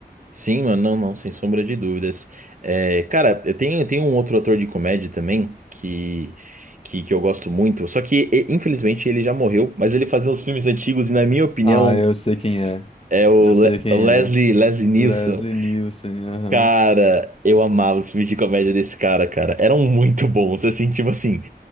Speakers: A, on the right; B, on the left.
A: Sim, mano, não, não, sem sombra de dúvidas. É, cara, eu tenho, tenho um outro ator de comédia também que, que, que eu gosto muito, só que e- infelizmente ele já morreu, mas ele fazia uns filmes antigos e, na minha opinião,
B: Ah, eu sei quem é.
A: é o
B: Eu sei
A: Le-
B: quem
A: o Leslie,
B: é.
A: Leslie Nielsen.
B: Leslie Nielsen, aham.
A: Cara, eu amava os filmes de comédia desse cara, cara. Eram muito bons, assim, tipo assim,